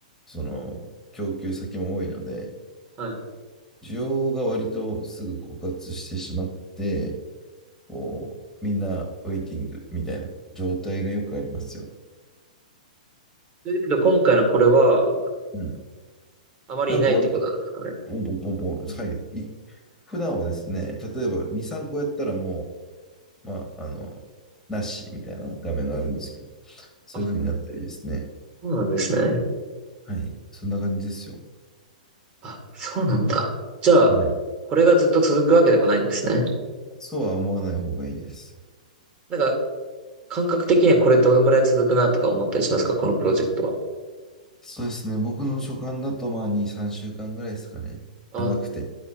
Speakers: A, in the centre; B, on the right.
A: その、供給先も多いので、
B: あ、はい。
A: 需要が割とすぐ枯渇してしまって、こう、みんなウェイティングみたいな状態がよくありますよ。
B: ということで、今回のこれは、
A: うん。
B: あまりいないってことなんですかね。
A: なんか割と、ポンポンポンポン、はい、い普段はですね、例えば2、3個やったらもう、まあ、あの、なしみたいな画面があるんですけど、そういう風になったりですね。
B: あ、そうなんですね。
A: はい。そんな感じですよ。
B: あ、そうなんだ。じゃあ、
A: はい。
B: これがずっと続くわけでもないんですね。
A: そうは思わない方がいいです。
B: なんか、感覚的にはこれどのぐらい続くなとか思ったりしますかこのプロジェクトは。
A: そうですね。僕の所感だと、まあ、2、3週間ぐらいですかね。
B: あ、
A: 長くて。